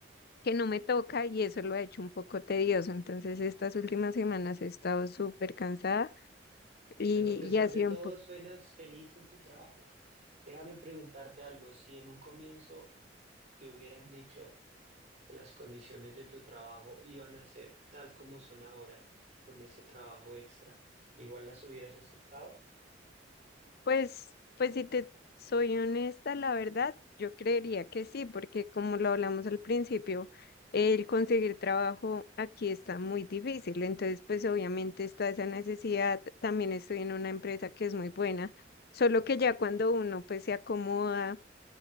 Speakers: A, on the left; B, on the right.
A: que no me toca y eso lo ha hecho un poco tedioso, entonces estas últimas semanas he estado súper cansada y,
B: pero a pesar
A: y ha
B: de
A: sido
B: todo
A: un poco
B: suenas feliz en tu trabajo. Déjame preguntarte algo. Si en un comienzo te hubieran dicho que las condiciones de tu trabajo iban a ser tal como son ahora, con ese trabajo extra, igual las hubieras aceptado.
A: Pues, pues si te soy honesta, la verdad, yo creería que sí, porque como lo hablamos al principio, el conseguir trabajo aquí está muy difícil. Entonces, pues obviamente está esa necesidad. También estoy en una empresa que es muy buena, solo que ya cuando uno pues se acomoda